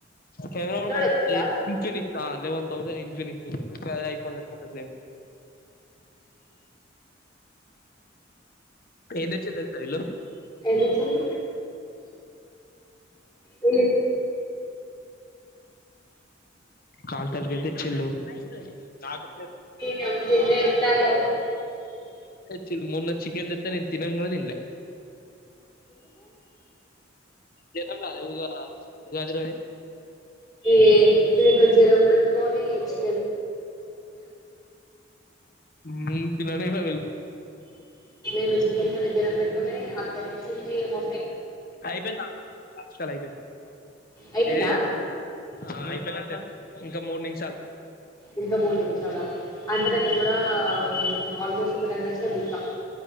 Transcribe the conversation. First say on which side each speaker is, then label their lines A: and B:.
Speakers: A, on the left (about 45°); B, on the left (about 20°).
A: ఫోన్
B: చిన్నోడు
A: మంచిదె
B: వచ్చిండా
A: ఇంకా నీక్ లెవెన్ థౌసేండ్ క నీకు పెద ఐఫోన్ లెక్క ఉంటది ఏం దెచ్చిర్రు తెల్సా ఈళ్ళు
B: ఏం దెచ్చిర్రు ఏం దెచ్
A: కాల్ తల్కై తెచ్చిండు నాకు
B: ఏం జిన్నె ఎత్తాలొ
A: చిల్ మొన్న చికెన్ దెత్తే నేన్ తినన్ గూడ తిన్ల్య జనం రాలే ఉగా ఉగాది రోజే
B: ఏ నిగొజ్జరం వచ్ ఫోను ఈచ్చి
A: నీ తిన నెహె వెళ్ళు
B: ముందు చికెన్ పట్ దెప్పియడం పెట్టుకొనీ అక్కదెచ్చిందేమో
A: అయితె నచ్చ దైతె
B: అయిపోయిందా
A: ఏ అన్ అయ్ పేనట్టె ఇంక మూడ్ నిమ్షాల్
B: ఇంక మూడ్ నిమ్ష చాలా అంతనే నన్ కూడా ఆల్మోస్ట్ ఒక టెన్ మినిట్స్ లొ దిగుత